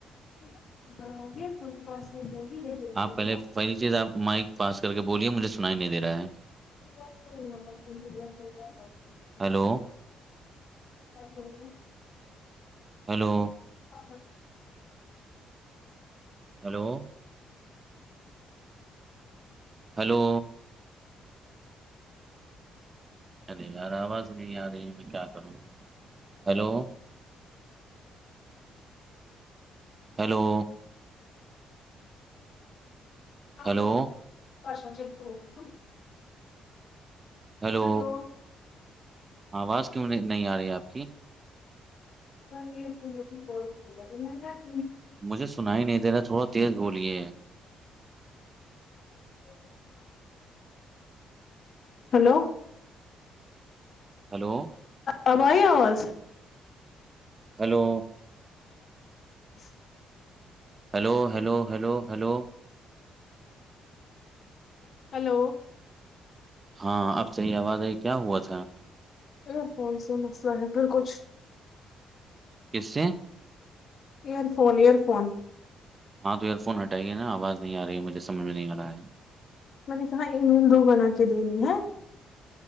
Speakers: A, on the left (about 55°); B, on the right (about 30°).
A: <inaudible>
B: آپ پہلے پہلی چیز آپ مائک پا کر کے بولیے مجھے سننا ہی نہیں دے رہا ہے
A: <inaudible>
B: ہیلو
A: <inaudible>
B: ہیلو
A: ہاں
B: ہیلو ہیلو ارے یار اواز نہیں ارہی ہے میں کیا کروں hello hello
A: <inaudible>
B: hello hello
A: hello
B: آواز کیوں نہیں آ رہی ہے آپ کی
A: <inaudible>
B: مجھے سنائی نہیں دے رہا تھوڑا تیز بولیے
A: <inaudible> ہیلو
B: ہیلو
A: اب آئی آواز
B: hello
A: <inaudible>
B: hello hello hello hello
A: hello
B: ہاں اب صحیح آواز آئی کیا ہوا تھا
A: ایئر فون سے مسئلہ ہے پھر کچھ
B: کس سے
A: ایئر فون ایئر فون
B: ہاں تو ایئر فون ہٹائیے نا آواز نہیں آ رہی ہے مجھے سمجھ نہیں آ رہا ہے
A: میں نے کہاں ای میل دو بنا کے دینی ہے